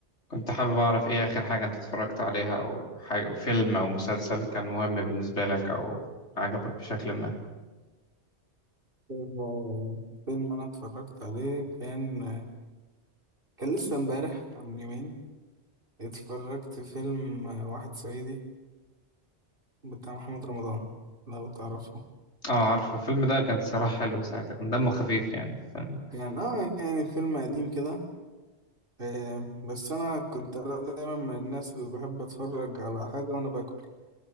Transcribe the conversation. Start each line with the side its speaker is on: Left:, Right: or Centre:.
Left: كنت حابب أعرف إيه آخر حاجة أنت اتفرجت عليها أو حاجة فيلم أو مسلسل كان مهم بالنسبة لك أو عجبك بشكل ما
Right: فيلم فيلم أنا اتفرجت عليه كان كان لسه امبارح من يومين اتفرجت فيلم واحد صعيدي بتاع محمد رمضان لو تعرفه
Left: أه عارفه الفيلم ده كان صراحة حلو ساعتها كان دمه خفيف يعني فاهم
Right: يعني اه يعني فيلم قديم كده آه، بس أنا كنت أنا دايما من الناس اللي بحب أتفرج على حاجة وأنا باكل